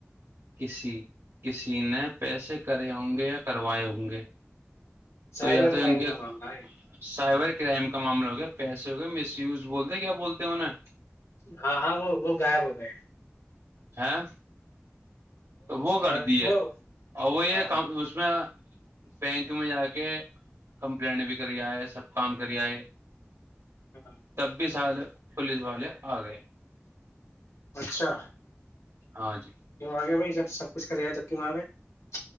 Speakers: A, on the right; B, on the left.
A: کسی کسی نے پیسے کرے ہوں گے یا کروائے ہوں گے
B: سائبر
A: تو یا تو
B: کرائم
A: ان کے
B: کا معاملہ ہے
A: سحبور کے کرائم کا معاملہ ہو گیا پیسے ہو گئے مس وز بولتے کیا بولتے ہیں انہیں
B: ہاں ہاں وہ وہ غائب ہو گئے
A: ہاں وہ کر
B: آ،
A: دی ہے
B: وہ
A: اور وہ یہ
B: ہاں ہاں
A: اس میں بینک میں جا کے کمپلٹ بھی کریا ہے سب کام کریا ہے
B: ہاں۔
A: تب بھی سال پولیس والے آ گئے
B: اچھا
A: ہاں جی
B: کیوں آ گئے بھائی جب سب کچھ کرے گ تب کہ وہاں پ